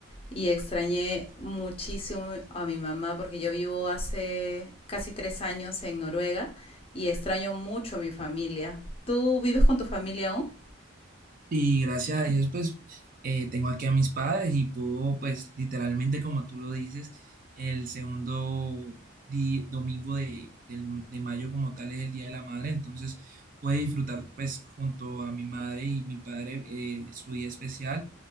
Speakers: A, on the left; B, on the right.
A: y extrañé muchísimo a mi mamá porque yo vivo hace casi tres años en Noruega y extraño mucho a mi familia. ¿Tú vives con tu familia aún?
B: Y gracias a Dios, pues, eh, tengo aquí a mis padres y puedo, pues, literalmente, como tú lo dices, el segundo di- domingo de, del- de mayo como tal es el Día de la Madre, entonces puedo disfrutar, pues, junto a mi madre y mi padre eh, su día especial.